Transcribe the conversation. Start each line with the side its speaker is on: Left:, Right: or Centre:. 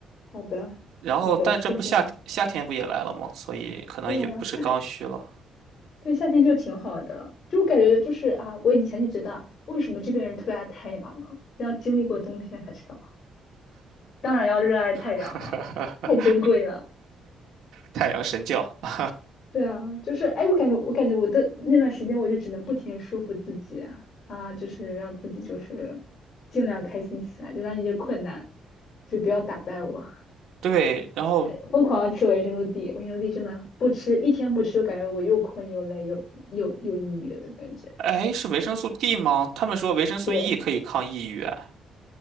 Left: 好的，
Right: 然后，
Left: 好的，
Right: 但这不夏天夏天不也来了吗？
Left: 谢谢你。
Right: 所以可能也不是刚需了。
Left: 对啊，夏，对，夏天就挺好的，就我感觉就是啊，我以前就觉得为什么这边人特别爱太阳呢？要经历过冬天才知道，当然要热爱太阳了，
Right: <laughs>
Left: 太珍贵了。
Right: 太阳神教，<laughs>
Left: 对啊，就是哎，我感觉我感觉我的那段时间，我就只能不停的说服自己啊，就是让自己就是尽量开心起来，就让那些困难就不要打败我。
Right: 对，然后
Left: 哎，疯狂地吃维生素 D，维生素 D 真的不吃一天不吃，就感觉我又困又累又又又抑郁的感觉。
Right: 哎，是维生素 D 吗？他们说维生素
Left: 对，
Right: E 可以抗抑郁，哎